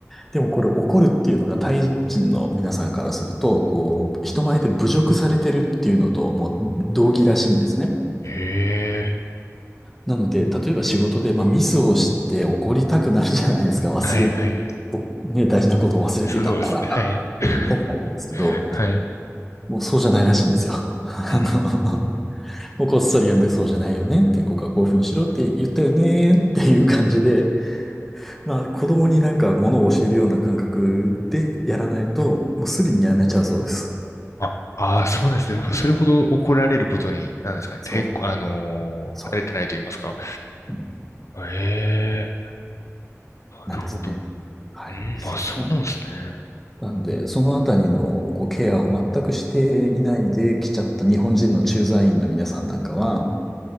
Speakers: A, in the centre; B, on the left.
A: でもこれ怒るっていうのがタイ人の皆さんからすると、こう、人前で侮辱されてるっていうのともう同義らしいんですね。
B: ええ
A: なので、例えば仕事で、まあ、ミスをして怒りたくなるじゃないですか。忘れ
B: はいはい。
A: ね、大事なことを忘れてた、
B: そうですね。
A: こらって言いたくなるんですけど、
B: はい。<laughs> はい。
A: もうそうじゃないらしいんですよ。<laughs> あの、
B: うん。
A: もうこっそり読んでそうじゃないよねって、ここはこういうふうにしろって言ったよねっていう感じで、まあ子供になんかものを教えるような感覚でやらないと、もうすぐにやめちゃうそうです。
B: あ、ああ、そうですね。それほど怒られることに、なんですかね。
A: そう、
B: 抵抗、あのー慣れてないと言いますか。
A: そう、うん、
B: え
A: なんですね。
B: え、なるほど。う
A: はい。
B: あ、ん。あそうなんですね。
A: な、なんで、そのあたりのこうケアを全くしていないで来ちゃった日本人の駐在員の皆さんなんかは、